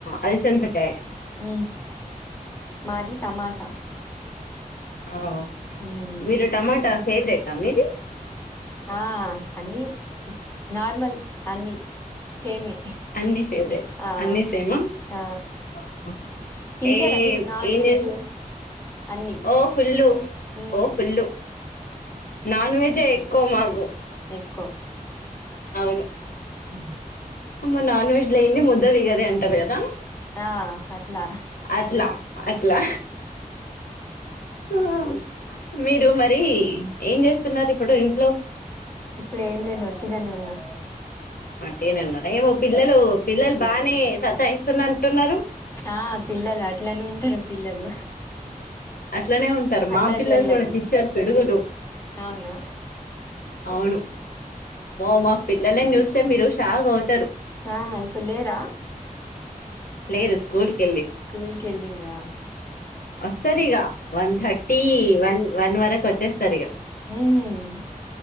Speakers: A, on the left (about 80°); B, on the left (about 20°).
A: అలసందకాయ
B: మ్ మాది టమాటా
A: అవ్
B: ఉమ్
A: మీరు టమాటా ఫేవరెటా మీది
B: ఆ అన్ని నార్మల్ అన్ని సేమే
A: అన్ని ఫేవరెట్
B: ఆ
A: అన్ని సేమా
B: ఆ
A: ఆహా
B: తింటారా
A: ఏం
B: మీరు నాన్
A: ఏం
B: వెజ్
A: చేస్తూ
B: అన్ని
A: ఓ ఫుల్లు
B: ఉమ్
A: ఓ ఫుల్లు నాన్ వెెజే ఎక్కువ మాకు
B: ఎక్కువ్
A: అవును
B: మ్
A: అమ్మ నాన్ వెజ్ లేంది ముద్ద దిగది అంటారు కదా
B: ఆ హట్ అట్ల
A: అట్లా అట్లా ఆ మీరు మరి ఏం చేస్తున్నారు ఇప్పుడు ఇంట్లో
B: ఇప్పుడు ఏం లేదు ఒట్టిగానే ఉన్నా
A: ఒట్టిగనే ఉన్నార ఏమో పిల్లలు పిల్లలు బాగానే సతాయిస్తున్నట్టు ఉన్నారు.
B: ఆ పిల్లలు అట్లనే ఉంటారు పిల్లలు
A: అట్లనే ఉంటారు
B: అల్లరి
A: మా పిల్లలు
B: అల్లరి
A: కూడా చిచ్చర పిడుగులు
B: అవునా
A: అవును వామ్మో మా పిల్లలని చూస్తే మీరు షాక్ అవుతారు.
B: ఆహా! ఇప్పుడు లేరా
A: లేరు స్కూల్ కి
B: స్కూల్ కెళ్ళిండ్రా
A: వస్తారిగ వన్ థర్టీ వన్ వన్ వరకు వచ్చేస్తారిగ
B: మ్మ్